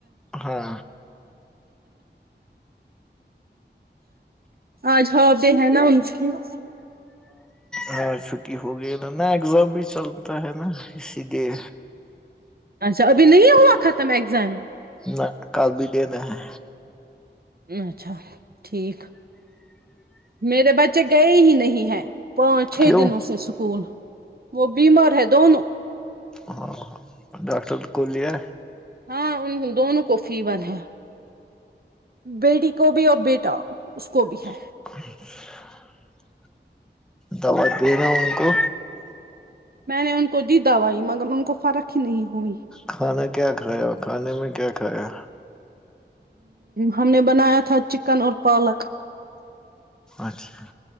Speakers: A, in the centre; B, on the right.
A: ہاں
B: آج ہواب ہے نا ان کی ہاں ہ
A: ہ چھٹی ہو گئی نا نہ اگزام بھی چلتا ہے نا اسی لیے
B: اچھا ابھی نہیں ہوا ختم ایگزام
A: نہ ک بھی دےین ہے
B: اچھا ٹھیک میرے بچے گئے ہی نہیں ہیں پانچ چھ
A: کیوں
B: دنوں اس اسے سکول وہ بیمار ہے دونوں
A: ہاں ہاں ڈاکٹر کو لیا
B: ہاں ان دونوں کو فیور ہے بیٹی کو بھی اور بیٹا اس کو بھی ہے
A: <inaudible> دوا دینا ان کو
B: میں نے ان کو دی دوائی مگر ان کو فرق ہی نہیں ہوئی
A: کھانا کیا کھایا کھانے میں کیا کھایا
B: ہم نے بنایا تھا چکن اور پالک
A: اچھا